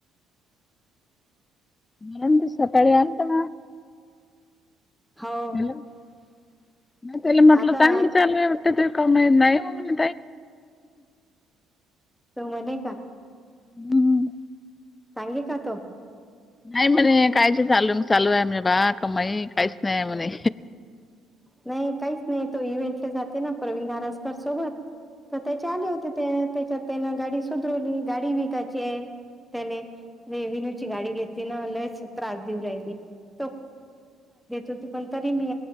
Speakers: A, on the left (about 20°); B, in the centre.
A: मंत सकाळी अंत हल
B: हो
A: नाही त्याला म्हटलं
B: आता
A: चांगलं चालूयटत ते का नाहीऊ
B: तो म्हणे का
A: हम्म.
B: सांगे का तो
A: नाही म्हणे कायच चालू म चालूयम बा का माई काहीच नाही म्हणे
B: नाही काहीच नाही तो इव्हेंटले जाते ना प्रवीण दारसकर सोबत तर त्याचे आले होते ते त्याच्या त्यान गाडी सुधरवली गाडी विकायची आहे त्याने र विनू ची गाडी घेत पहिला त्रास देत हो पण तरी मी